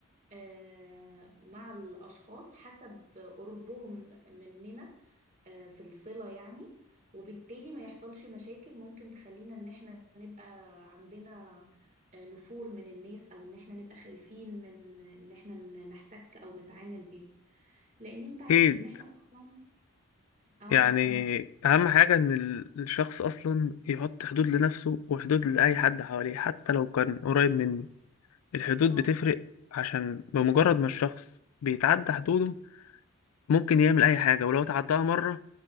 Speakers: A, on the right; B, on the left.
A: آه، مع الاشخاص حسب قربهم مننا آه، في الصلة يعني وبالتالي ما يحصلش مشاكل ممكن تخلينا ان احنا نبقى عندنا آه، نفور من الناس او ان احنا نبقى خايفين من ان احنا ن- نحتك او نتعامل بيهم لان انت عارف
B: اكيد
A: ان احنا اصلا اه
B: يعني
A: احنا
B: اهم حاجة ان ال- الشخص اصلا يحط حدود لنفسه وحدود لأي حد حواليه حتى لو كان قريب منه الحدود
A: صح
B: بتفرق عشان بمجرد ما الشخص بيتعدى حدوده ممكن يعمل اي حاجة ولو تعداها مرة